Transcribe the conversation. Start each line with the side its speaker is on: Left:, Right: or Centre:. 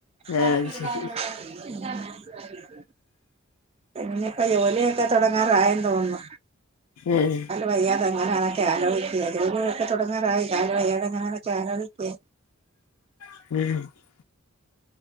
Right: <unintelligible>
Left: ആഹ് അത് ശരി
Right: പിന്നൊക്കെ ജോലിയൊക്കെ തുടങ്ങാറായെന്ന് തോന്നുന്നു
Left: ഏഹ്
Right: വയ്യാതെങ്ങനൊക്കെ ആക്കുക ജോലൊക്കെ തുടങ്ങാറായി താ വയ്യാതെ അങ്ങാനാലോചിക്കുക
Left: <unintelligible>